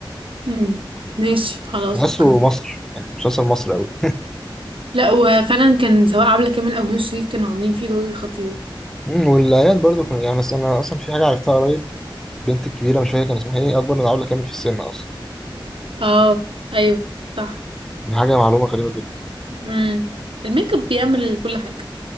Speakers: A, on the right (about 85°); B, in the centre.
A: امم ماشي خلاص
B: بحسه
A: اوكي
B: مصر يعني مسلسل مصر قوي
A: لا وفعلا كان سواء عبلة كامل او نور شريف كانوا عاملين فيه دور خطير
B: <laughs> والعيال برضو كانوا يعني أنا أصلا في حاجة عرفتها قريب البنت الكبيرة مش فاكر كان اسمها ايه أكبر من علا كامل في السن أصلا
A: اه ايوه صح
B: دي حاجة معلومة غريبة جدا
A: امم الميك اب بيعمل كل حاجة